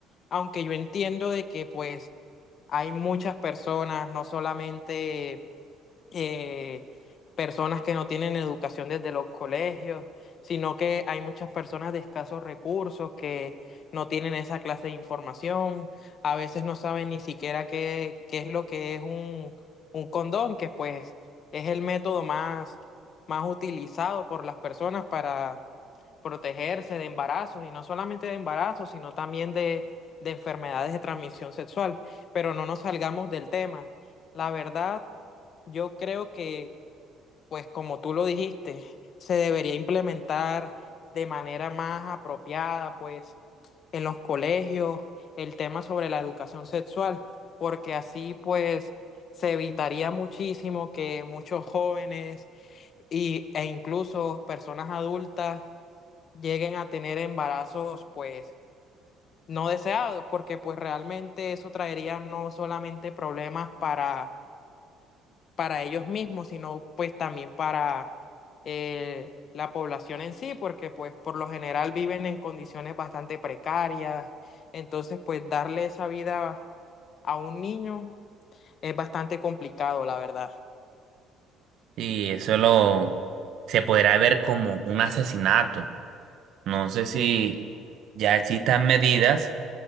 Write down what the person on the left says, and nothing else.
Aunque yo entiendo de que pues hay muchas personas, no solamente eh, personas que no tienen educación desde los colegios, sino que hay muchas personas de escasos recursos que no tienen esa clase de información, a veces no saben ni siquiera qué, qué es lo que es un, un condón, que pues es el método más, más utilizado por las personas para protegerse de embarazos, y no solamente de embarazos, sino también de, de enfermedades de transmisión sexual. Pero no nos salgamos del tema. La verdad, yo creo que pues como tú lo dijiste, se debería implementar de manera más apropiada, pues en los colegios, el tema sobre la educación sexual, porque así pues se evitaría muchísimo que muchos jóvenes y, e incluso personas adultas lleguen a tener embarazos pues no deseados, porque pues realmente eso traería no solamente problemas para para ellos mismos, sino pues también para eh, la población en sí, porque pues por lo general viven en condiciones bastante precarias, entonces pues darle esa vida a un niño es bastante complicado, la verdad.